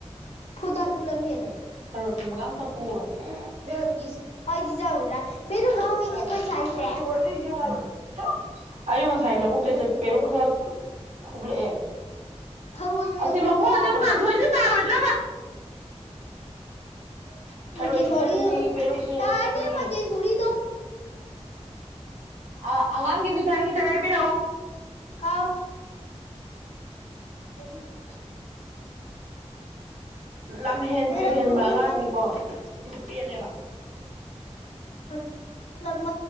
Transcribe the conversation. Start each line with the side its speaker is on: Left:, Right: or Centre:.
Left: ꯍꯗꯥ ꯂꯨꯂꯃꯤ ꯍꯂ
Right: ꯈꯔꯣꯏ ꯈꯨꯝꯟꯕꯒ ꯑꯝꯇ ꯄꯨꯔꯣ <unintelligible>
Left: ꯏꯁ ꯑꯩꯗꯤ ꯆꯥꯔꯣꯏꯗ꯭ꯔꯥ ꯄꯦꯔꯨꯛ ꯍꯧꯋꯤꯅꯦ ꯑꯩꯈꯣꯏ ꯁ꯭ꯋꯥꯏꯁꯦ
Right: ꯑꯌ ꯉꯁꯥꯏ ꯂꯧꯕꯨꯛꯇ ꯆꯠ ꯄꯦꯔꯨꯛ ꯈꯔ ꯐꯨꯛꯂꯛꯑꯦ
Left: ꯊꯔꯣꯏ ꯑꯣꯏꯅ
Right: ꯑꯁꯤ
Left: ꯈꯨꯜꯍꯧ
Right: ꯃꯈꯣꯟꯁꯨꯛ
Left: ꯌꯥꯗ꯭ꯔꯣ
Right: ꯀꯥꯟꯊꯣꯛꯏꯁꯦ ꯇꯥꯔꯣꯏꯗ꯭ꯔꯕ <unintelligible> ꯊꯔꯣꯏꯁꯨ
Left: ꯃꯣꯟꯇꯦꯁꯣꯔꯤ
Right: ꯈꯨꯜꯅꯤ ꯄꯦꯔꯨꯛꯁꯨ ꯍꯦꯜꯂꯛꯀꯅꯤ
Left: ꯇꯥꯅꯤ ꯃꯣꯟꯇꯦꯁꯣꯔꯤꯗꯣ
Right: ꯎꯝ ꯑꯉꯥꯡꯒꯤ ꯃꯤꯊꯥꯏ ꯈꯤꯇ ꯂꯩꯕꯤꯔꯛꯑꯣ
Left: ꯀꯥꯎ
Right: <inaudible> ꯂꯝ ꯍꯦꯟ
Left: ꯂꯩꯔꯛꯀꯦ
Right: ꯇꯨ ꯍꯦꯟꯕ
Left: ꯂꯩꯔꯛꯀꯦ
Right: ꯑꯉꯥꯡꯅꯤꯀꯣ ꯁꯤꯁꯨ ꯄꯦꯜꯂꯦꯕ
Left: <unintelligible> ꯂꯝ